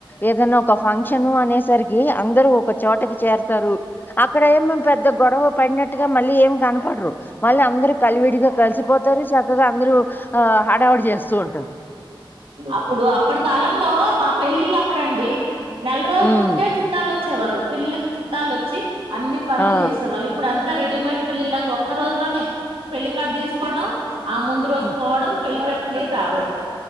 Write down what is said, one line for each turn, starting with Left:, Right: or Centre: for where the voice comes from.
Left: ఏదనా ఒక ఫంక్షన్ అనేసరికి అందరూ ఒక చోటకి చేరతారు అక్కడ ఏమ పెద్ద గొడవ పడినట్టుగా మళ్ళీ ఏం కనపడరు మళ్ళీ అందరు కలివిడిగా కలిసిపోతారు చక్కగా అందరూ ఆ హడావుడి చేస్తూ ఉంటారు
Right: అప్పుడు అప్పటి కాలం లో మా పెళ్ళిళ్ళు అప్పుడండి నెల రోజుల
Left: ఉమ్,
Right: ముందే చుట్టాలు వచ్చేవాళ్ళు పెళ్ళిళ్ కి చుట్టాలు వచ్చి అన్ని పనులు
Left: ఆ,
Right: చేసేవాళ్ళు ఇప్పుడు అంత్ అంతా రెడీమేడ్ పెళ్లిలాగా ఒక్క రోజు లోనే పెళ్లి కడ్ తీసుకోవడం ఆ ముందు రోజు
Left: ఉమ్,
Right: పోవడం పెళ్ళకట్లే కావడం